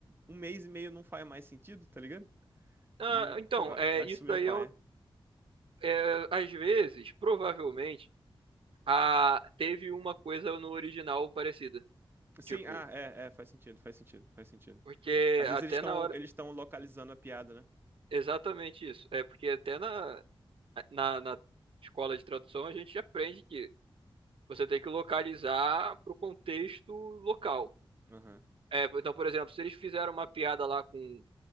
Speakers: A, on the right; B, on the right.
A: um mês e meio não faz mais sentido, tá ligado?
B: Ah,
A: E,
B: então,
A: pô,
B: é,
A: eu acho
B: isso
A: isso meio
B: daí
A: paia.
B: é, um- é, às vezes, provavelmente, a, teve uma coisa no original parecida.
A: Sim,
B: Tipo,
A: ah, é, é, faz sentido, faz sentido, faz sentido.
B: porque
A: Às vezes
B: até
A: eles estão
B: na hora.
A: eles estão localizando a piada, né?
B: Exatamente isso. É porque até na, na, na escola de tradução a gente aprende que você tem que localizar para o contexto local.
A: Aham.
B: É, então, por exemplo, se eles fizeram uma piada lá com,